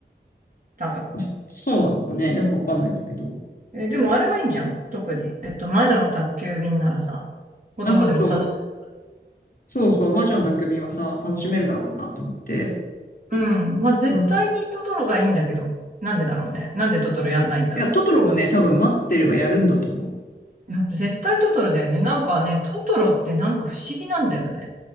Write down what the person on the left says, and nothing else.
あ、そうなのかね。よくわかんないんだけど。
あ、そうそう。そうそう。魔女の宅急便はさ、楽しめるだろうなと思って。
うん。い
や、トトロもね、多分待ってればやるんだと思う。